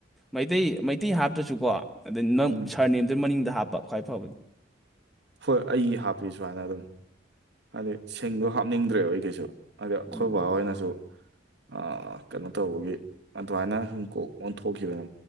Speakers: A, in the centre; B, on the right (about 55°).
A: ꯃꯩꯇꯩ ꯃꯩꯇꯩ ꯍꯥꯞꯇ꯭ꯔꯁꯨꯀꯣ ꯑꯗꯩ ꯅꯪ
B: ꯎꯝ
A: ꯁꯥꯔ ꯅꯦꯝꯗꯨ ꯃꯅꯤꯡꯗ ꯍꯥꯞꯄ ꯈ꯭ꯋꯥꯏ ꯐꯕꯗꯤ
B: ꯍꯣꯏ ꯑꯩ ꯍꯥꯞꯄꯤ ꯁꯨꯃꯥꯏꯅ ꯑꯗꯨꯝ ꯍꯥꯏꯗꯗꯤ ꯁꯤꯡꯗꯣ ꯍꯥꯞꯅꯤꯡꯗ꯭ꯔꯦꯕ ꯑꯩꯒꯤꯁꯨ ꯑꯗ ꯑꯩꯈꯣꯏ
A: ꯎꯝ
B: ꯕꯕꯥ ꯍꯣꯏꯅꯁꯨ ꯑ ꯀꯩꯅꯣ ꯇꯧꯕꯒꯤ ꯑꯗꯨꯃꯥꯏꯅ ꯍꯨꯝꯀꯣꯛ ꯑꯣꯟꯊꯣꯛꯈꯤꯕꯅ